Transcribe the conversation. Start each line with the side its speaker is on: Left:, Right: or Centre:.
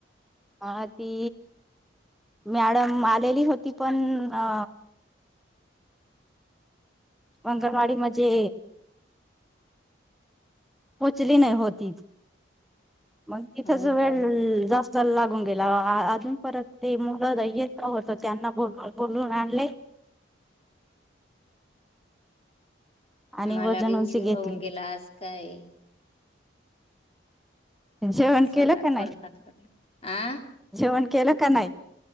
Centre: ह ती मॅडम आलेली होती पण अ मंगणवाडी मजे पोचली नाही होती मग तिथच
Left: हो
Centre: वेळ
Left: का
Centre: जास्त चल लागून गेला अजून परत ते मुलं होत त्यांना बोल बोलून आणले आणि
Left: आम्हाला
Centre: वजन
Left: बी
Centre: उंची
Left: उशीर
Centre: घेतली
Left: होऊन गेलास काय
Centre: जेवण
Left: स्वयंपाक
Centre: केलं का नाही
Left: करता करता आ
Centre: जेवण केलं का नाही